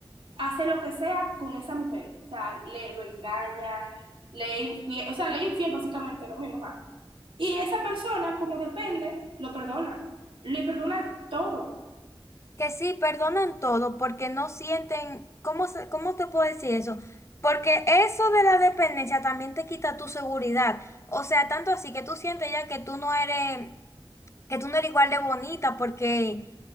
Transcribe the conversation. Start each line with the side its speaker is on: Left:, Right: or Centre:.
Right: hace lo que sea con esa mujer. O sea, le lo engaña, le es infiel, o sea, le es infiel básicamente lo mismo. ajá. Y esa persona, como depende, lo perdona. Le perdona todo.
Left: Que sí, perdonan todo porque no sienten, ¿cómo, se- cómo te puedo decir eso? Porque eso de la dependencia también te quita tu seguridad. O sea, tanto así que tú sientes ya que tú no eres, que tú no eres igual de bonita porque,